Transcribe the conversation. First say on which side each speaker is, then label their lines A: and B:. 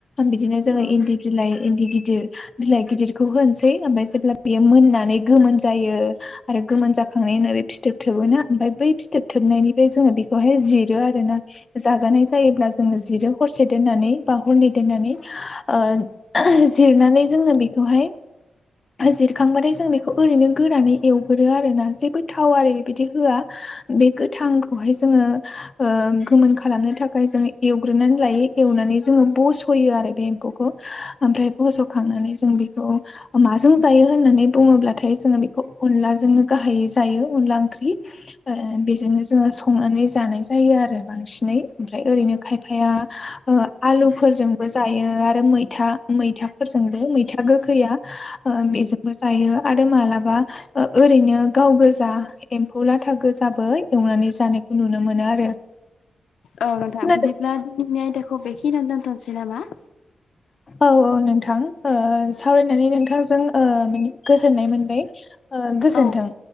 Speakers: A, on the left; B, on the left.
A: बिदिनो जोंङो
B: औ
A: इन्दि बिलाइ इन्दि गिदिर बिलाइ गिदिरखौ होनोसै ओमफाय जेब्ला मोननानै गोमोन जायो आरो गोमोन जाखांनायनि उनाव बे फिथोब थोबोना ओमफाय बै फिथोब थोब नायनिफ्राय जोङो बिखौहाय जिरो आरो ना जाजानाय जायोब्ला जोंङो जिरो हरसे दोननानै बा ह हरनै दोननानै ओ जिरनानै जोङो बिखौहाय जिर खांबाथाय जों बेखौ ओरैनो गोरानै एवगोरो आरो ना जेबो थाव आरि बेबायदि होआ। बे गो थांखौहाय जोङो ओ गोमोन खालामनो थाखाय जोङो एवग्रोनानै लायो एवनानै जोङो बस'यो आरो बे एम्फौखौ ओमफ्राय बस'खांनानै जों बेखौ माजों जायो होननानै बुंंङोब्लाथाय जोङो बेखौ अनलाजोंनो गाहायै जायो अनला ओंख्रि ओ बेजोंनो जोङो संनानै जानाय जायो आरो बांसिनै ओमफ्राय ओरैनो खाय फाया ओ आलुफोरजोंबो जायो आरो मैथा मैथाफोरजोंबो। मैथा गोखैया ओ बेजों जायो आरो मालाबा ओ ओैरैनो गाव गोजा एमफौ लाथा गोजाबो एवनानै जानायखौ नुनो मोनो आरो
B: औ नोंथां।
A: खोनादों
B: बिदिब्ला दिनैनि आयदाखौ बेखिनियावनो दोनथ'नोसै नामा?
A: औ औ नोंथां ओ सावरायनानै नोंथांजों ओ माने गोजोननाय मोनबाय। ओ गोजोनथों।
B: औ